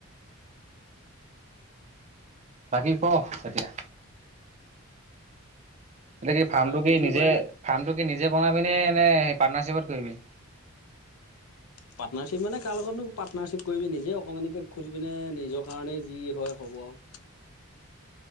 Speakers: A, on the right; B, on the left.
A: বাকী ক এতিয়া? এতিয়া কি
B: ভাস্কৰে
A: ফাৰ্মটো
B: ফোন
A: কি
B: চোন
A: নিজে
B: কৰে নাই?
A: ফাৰ্মটো কি নিজে বনাবি নে নে সেই পাৰ্টনাৰশ্বিপত কৰিবি?
B: পাৰ্টনাৰশ্বিপ মানে কাৰ লগতনো পাৰ্টনাৰশ্বিপ কৰিবি নিজে অকণমানিকে খুলি পিনে নিজৰ কাৰণে যি হয় হ'ব আৰু।